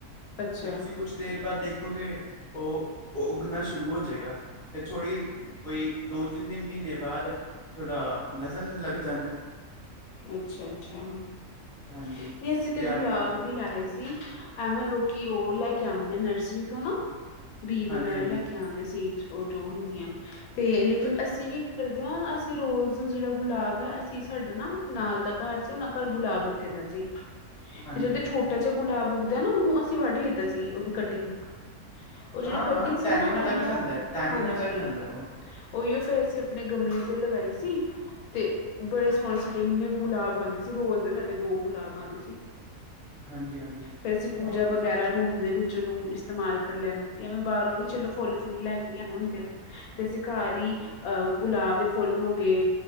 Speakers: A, on the left; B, in the centre.
A: ਅੱਛਾ
B: ਤੇ ਤੁਸੀਂ ਕੁਛ ਦੇਰ ਬਾਅਦ ਦੇਖੋਗੇ ਉਹ ਉੱਗਣਾ ਸ਼ੁਰੂ ਹੋ ਜਾਏਗਾ। ਤੇ ਥੋੜ੍ਹੀ ਬਈ ਕੋਈ ਦੋ। ਤਿੰਨੇ ਮਹੀਨੇ ਬਾਅਦ ਥੋਡਾ ਲਸਣ ਲੱਗ ਜਾਂਦਾ।
A: ਅੱਛਾ-ਅੱਛਾ ਨਹੀਂ
B: ਹਾਂਜੀ
A: ਅਸੀਂ ਤੇ
B: ਆਪਾਂ
A: ਗੁਲਾਬ। ਵੀ ਲਾਏ ਸੀ ਐਵੇਂ ਲੋਕੀ ਉਹ ਲੈ ਕੇ ਆਉਂਦੇ ਨਰਸਰੀ ਤੋਂ ਨਾ। ਬੀ
B: ਹਾਂਜੀ
A: ਵਗੈਰਾ
B: ਹਾਂਜੀ
A: ਲੈ ਕੇ ਆਉਂਦੇ ਸੀ'ਉਹ ਜੋ ਹੁੰਦੀਆਂ ਤੇ ਲੇਕਿਨ ਅਸੀਂ ਕੀ ਕਰਦੇ ਹਾਂ'ਅਸੀਂ ਰੋਜ਼ ਜਿਹੜਾ ਗੁਲਾਬ ਹੈ ਅਸੀਂ ਸਾਡਾ ਨਾ। ਨਾਲ ਦਾ ਘਰ ਸੀ ਉਹਨਾਂ ਘਰ ਗੁਲਾਬ ਲੱਗੇ ਦਾ ਸੀ।
B: ਹਾਂਜੀ
A: ਤੇ ਜਦੋਂ
B: ਹਾਂਜੀ
A: ਛੋਟਾ ਜ ਗੁਲਾਬ ਉੱਗਦੇ ਨਾ ਉਹਨੂੰ ਅਸੀਂ ਵੱਢ ਲਿੱਤਾ ਸੀ ਉਹਦੀ ਕਟਿੰਗ। ਉਹ ਜਿਹੜੀ
B: ਹਾਂ
A: ਕਟਿੰਗ
B: ਹਾਂ ਟੈਨੀ
A: ਸੀ ਨਾ'
B: ਨਾਲ
A: ਉਹੀਓ
B: ਲੱਗ ਜਾਂਦਾ ਹੈ, ਟੈਨੀ
A: ਹਾਂਜੀ।
B: ਨਾਲ ਲੱਗ ਜਾਂਦਾ ਹੈ ਉਹ
A: ਉਹੀਓ ਫੇਿਰ ਅਸੀਂ ਆਪਣੇ ਗਮਲੇ ਤੇ ਲਗਾਈ ਸੀ ਤੇ ਬੜੇ ਸੋਹਣੇ ਸਾਡੇ ਇੰਨੇ ਗੁਲਾਬ ਆਉਂਦੇ ਸੀ ਰੋਜ਼ ਦੇ ਸਾਡੇ ਦੋ ਗੁਲਾਬ ਆਉਂਦੇ ਸੀ।
B: ਹਾਂਜੀ ਹਾਂਜੀ
A: ਫੇਿਰ ਅਸੀਂ ਪੂਜਾ
B: ਹੁਣ
A: ਵਗੈਰਾ। ਰੂਮ ਦੇ ਵਿੱਚ ਉਹਨੂੰ ਇਸਤੇਮਾਲ ਕਰ ਲੈਂਦੇ ਸੀ ਐਵੇਂ ਬਾਹਰੋਂ ਵੀ ਚਲੋ ਫੁੱਲ ਫੁੱਲ ਲੈ ਕੇ ਆਉਣੇ ਹੁੰਦੇ ਆ। ਤੇਸੀਕਾਰੀ ਅਹ ਗੁਲਾਬ ਦੇ ਫੁੱਲ ਹੋ ਗਏ'